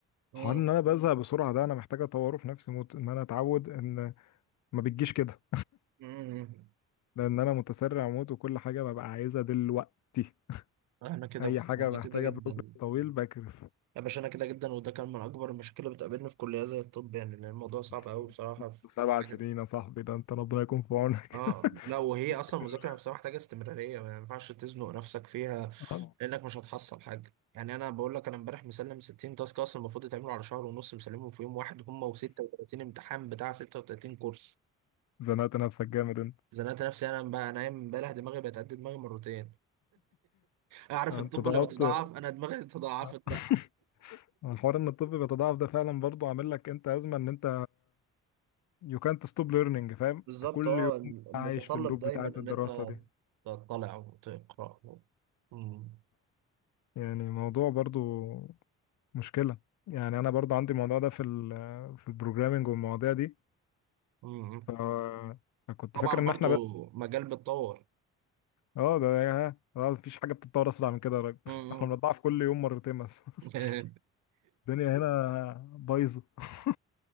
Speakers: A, on the right; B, on the left.
A: مم.
B: حوار ان انا بزهق بسرعة ده انا محتاج اطوره في نفسي موت ان انا اتعود ان ما بتجيش كده
A: مم.
B: لان انا متسرع موت وكل حاجة ببقى عايزها دلوقتي
A: أنا كده
B: اي حاجة
A: أنا
B: محتاجة
A: كده جدا
B: بروجرام طويل بكرف
A: يا باشا انا كده جدا وده كان من اكبر المشاكل اللي بتقابلني في كليه زي الطب يعني لان الموضوع صعب
B: <laughs>
A: قوي بصراحه في
B: سبع
A: حاجه
B: سنين يا صاحبي ده انت ربنا يكون في عونك
A: اه لا وهي
B: <laughs>
A: اصلا المذاكره نفسها محتاجه استمراريه ما ينفعش تزنق نفسك فيها
B: آه،
A: لانك مش هتحصل حاجه يعني انا بقول لك انا امبارح مسلم 60 تاسك اصلا المفروض يتعملوا على شهر ونص مسلمهم في يوم واحد هم و36 امتحان بتاع 36 كورس
B: زنقت نفسك جامد انت
A: زنقت نفسي انا بقى انا امبارح دماغي بقت قد دماغي مرتين اعرف
B: آه،
A: الطب
B: انت ضغطت
A: لما بتضعف انا دماغي <laughs> تضاعفت
B: <laughs> الحوار ان الطب بيتضاعف ده فعلا برضه عامل لك انت ازمه ان انت يو كانت ستوب ليرنينج فاهم انت
A: بالظبط
B: كل
A: اه
B: يوم
A: المتطلب
B: عايش في اللوب
A: دايما
B: بتاعه الدراسه
A: ان انت
B: دي
A: تطلع وتقرا مم.
B: يعني موضوع برضه مشكله يعني انا برضه عندي الموضوع ده في ال في البروجرامينج والمواضيع دي
A: مم.
B: ف فكنت
A: طبعا
B: فاكر ان
A: برضو
B: احنا بس
A: مجال بيتطور
B: اه ده يا اه مفيش حاجه بتتطور اسرع من كده يا راجل <laughs>
A: مم.
B: احنا بنضاعف كل يوم مرتين بس <laughs>
A: <laughs>
B: الدنيا هنا بايظه <laughs>